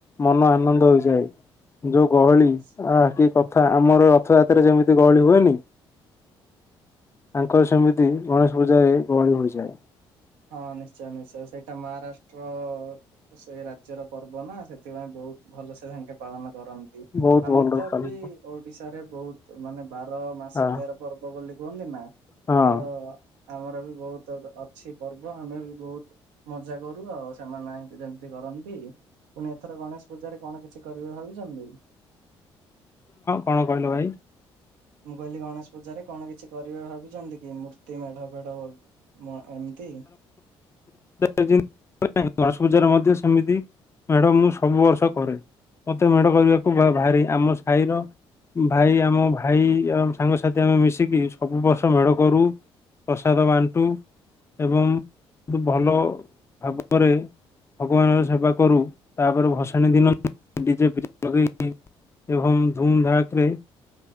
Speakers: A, on the left (about 20°); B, on the right (about 70°).
A: ମନ ଆନନ୍ଦ ହୋଇଯାଏ। ଯୋଉ ଗହଳି
B: ନିଶ୍
A: ଆ କି କଥା ଆମର ରଥଯାତ୍ରାରେ ଯେମିତି ଗହଳି ହୁଏନି। ତାଙ୍କର ସେମିତି ଗଣେଶ ପୂଜାରେ ଗହଳି ହୋଇଯାଏ।
B: ହଁ ନିଶ୍ଚୟ ନିଶ୍ଚୟ ସେଇଟା ମହାରାଷ୍ଟ୍ର ସେଇ ରାଜ୍ୟର ପର୍ବ ନା ସେ ସେଥିପାଇଁ ବହୁତ ଭଲ ସେ ଧାଙ୍କେ ପାଳନ କରନ୍ତି।
A: ବହୁତ
B: ଆମର
A: ଭଲ
B: ତ
A: ପାଳିତ
B: ବି ଓଡିଶାରେ ବୋହୁତ ମାନେ ବାର ମାସ
A: ହଁ
B: ତେର ପର୍ବ ବୋଲି କୁହନ୍ତି ନା
A: ହଁ
B: ତ ଆମର ବି ବହୁତ ଅ ଅଛି ପର୍ବ ଆମେ ବି ବୋହୁତ ମଜା କରୁ ଆଉ ସେମାନେ ହାଁକି ଯେମିତି କରନ୍ତି। ପୁଣି ଏଥର ଗଣେଶ ପୂଜାରେ କଣ କିଛି କରିବେ ଭାବିଛନ୍ତି।
A: କଣ କହିଲ ଭାଇ?
B: ମୁଁ କହିଲି ଗଣେଶ ପୂଜାରେ କଣ କିଛି କରିବେ ଭାବିଛନ୍ତି କି ମୂର୍ତ୍ତି ମେଢ ଫେଢ ମଁ ଏମିତି।
A: <inaudible> ଗଣେଶ ପୂଜାରେ ମଧ୍ୟ ସେମିତି ମେଡ଼ ମୁଁ ସବୁ ବର୍ଷ କରେ। ମତେ ମେଢ କରିବାକୁ ଭ ଭାରି ଆମ ସାହିର ଭାଇ ଆମ ଭାଇ ଆ ସାଙ୍ଗସାଥି ଆମେ ମିଶିକି ସବୁ ବର୍ଷ ମେଢ କରୁ ପ୍ରସାଦ ବାଣ୍ଟୁ ଏବଂ ଖୁବ୍ ଭଲ ଭାବରେ ଭଗବାନଙ୍କର ସେବା କରୁ ତାପରେ ଭସାଣି ଦିନ ଡିଜେ ପିଜେ ଲଗେଇକି ଏବଂ ଧୁମଧାକରେ